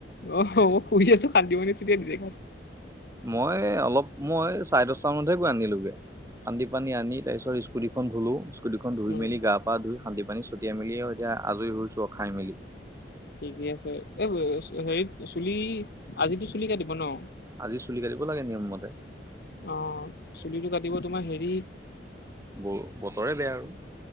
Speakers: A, on the left (about 60°); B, on the right (about 15°).
A: অ' মই শুই আছো শান্তি পাণী চেতিয়াই দিছে গাত।
B: মই অলপ মই চাৰে দশটা মানতহে গৈ আনিলো গে। শান্তি পানী আনি তাৰ পিছত স্কুটিখন ধুলো, স্কুটিখন ধুই
A: উম।
B: মেলি গাপ পা ধুই শান্তি পানী ছটিয়াই মেলি এতিয়া আজৰি হৈছো খাই মেলি
A: ঠিকেই আছে এ হেৰিত চুলি আজিতো চুলি কাটিব ন?
B: আজি চুলি কাটিব লাগে নিয়ম মতে
A: অ' চুলিটো কাটিব তোমাৰ হেৰিত
B: ব বতৰে বেয়া আৰু